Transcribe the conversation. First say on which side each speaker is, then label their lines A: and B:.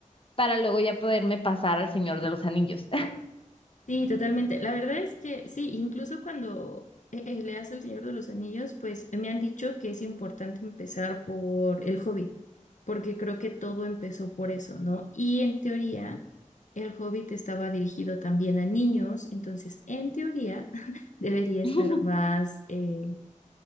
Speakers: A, on the left (about 40°); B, on the left (about 65°).
A: para luego ya poderme pasar al Señor de los Anillos.
B: Sí, totalmente. La verdad es que sí, incluso cuando eh, eh, leas El Señor de los Anillos, pues me han dicho que es importante empezar por El Hobbit, porque creo que todo empezó por eso, ¿no? Y en teoría, El Hobbit estaba dirigido también a niños, entonces en teoría <laughs> debería estar
A: <laughs>
B: más eh,